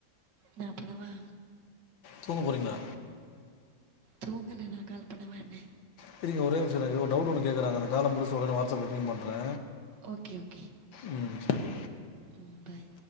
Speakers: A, on the right (about 65°); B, on the left (about 80°).
A: நா பண்ணவா
B: தூங்க போறீங்ளா
A: தூங்கல நா கால் பண்ணவானே
B: செரிங்க ஒரே நிம்ஷோ இருங்க ஒரு டவுட் ஒன்னு கேகறாங்கா நா கால முடிச்ட்டு ஒடனே வாட்ஸ் அப்ல பிங் பண்றே
A: ஓகே ஓகே
B: ம் சேரி
A: ம் பாய்